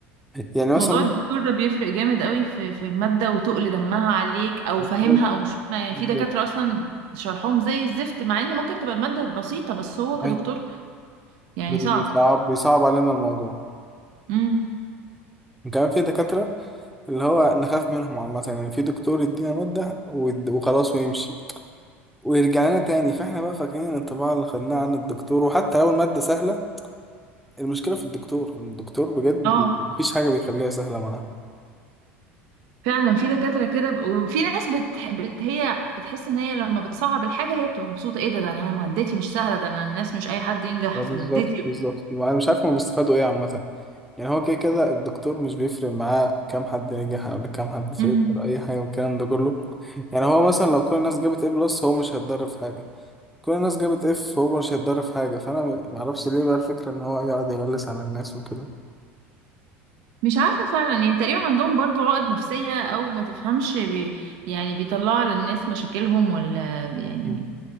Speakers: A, in the centre; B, on the right.
A: يعني مثلا
B: موضوع
A: ممكن
B: الدكتور ده بيفرق جامد قوي في في المادة وتقل دمها عليك او
A: بالظبط
B: فاهمها او مش فاهمها يعني
A: بالظبط
B: في دكاترة اصلا شرحهم زي الزفت مع ان ممكن تبقى المادة بسيطة بس هو كدكتور
A: أيوة
B: يعني
A: بي-
B: صعب
A: بيصعب بيصعب علينا الموضوع
B: امم
A: كمان في دكاترة اللي هو نخاف منهم عامة يعني في دكتور يدينا مادة ويد- وخلاص ويمشي ويرجع لنا تاني فاحنا بقى فاكرين ان الطباعة اللي خدناها عن الدكتور وحتى لو المادة سهلة المشكلة في الدكتور الدكتور بجد
B: اه
A: مفيش حاجة بيخليها سهلة معاه
B: فعلا في دكاترة كده ب... وفي ناس بت... بت... هي بتحس ان هي لما بتصعب الحاجة هي بتبقى مبسوطة ايه ده ده انا مادتي مش سهلة ده انا الناس مش اي حد ينجح
A: اه بالظبط
B: في مادتي
A: بالظبط انا مش عارف هما بيستفادوا ايه عامة يعني هو كده كده الدكتور مش بيفرق معاه كام حد نجح ولا كام حد سيطر
B: امم
A: اي حاجة والكلام ده كله يعني هو مثلا لو كل الناس جابت A بلس هو مش هيتضرر في حاجة كل الناس جابت F هو مش هيتضرر في حاجة فانا م- معرفش ليه بقى الفكرة ان هو يقعد يغلس على الناس وكده
B: مش عارفة فعلا يعني تقريبا عندهم برضو عقد نفسية او ما تفهمش بي... يعني بيطلعوا على الناس مشاكلهم ولا يعني
A: مم.